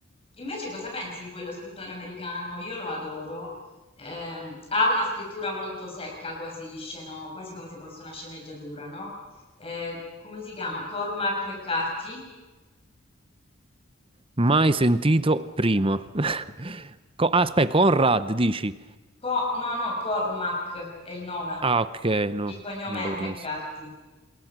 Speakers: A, on the left; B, on the right.
A: invece cosa pensi di quello scrittore americano? Io lo adoro. Ehm, ha una scrittura molto secca, quasi sceno, quasi come se fosse una sceneggiatura, no? Eh, come si chiama? Cormac McCarthy?
B: mai sentito prima. <laughs> Co- ah, aspetta, Conrad dici?
A: Co- no, no, Cormac è il nome.
B: Ah, ok, no,
A: Il cognome
B: non lo
A: è McCarthy.
B: conosco.